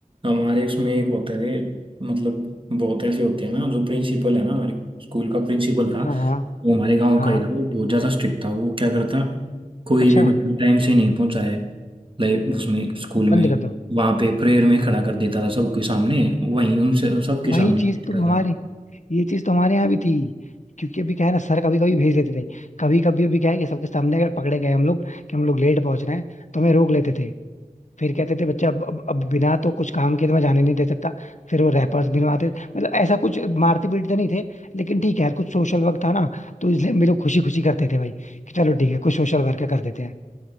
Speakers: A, on the right (about 35°); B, on the left (about 60°).
A: हमारे उसमें एक होते थे मतलब बहुत ऐसे होते हैं ना जो प्रिंसिपल है ना हमारे स्कूल का प्रिंसिपल था
B: हाँ हाँ
A: वो हमारे गांव
B: हाँ
A: का ही था वो बहुत ज्यादा स्ट्रिक्ट था वो क्या करता कोई
B: अच्छा
A: भी बच्चा टाइम से नहीं पहुंचा है लाइक उसमें स्कूल में
B: बंद कर दो
A: वहां पे प्रेयर में खड़ा कर देता था सबके सामने वहीं उनसे सबके
B: वही
A: सामने
B: चीज
A: पीटता
B: तुम हमारे
A: था
B: ये चीज तो हमारे यहाँ भी थी क्योंकि अभी क्या है ना सर कभी कभी भेज देते थे कभी कभी अभी क्या है कि सबके सामने अगर पकड़े गए हम लोग कि हम लोग लेट पहुंच रहे हैं तो हमें रोक लेते थे फिर कहते थे बच्चा अब, अब, अब बिना तो कुछ काम किए तो मैं जाने नहीं दे सकता फिर वो रैपर्स बनवाते मतलब ऐसा कुछ मारते पीटते नहीं थे लेकिन ठीक है यार कुछ सोशल वर्क था ना तो इसलिए हम भी लोग खुशी खुशी करते थे भाई कि चलो ठीक है कुछ सोशल वर्क कर देते हैं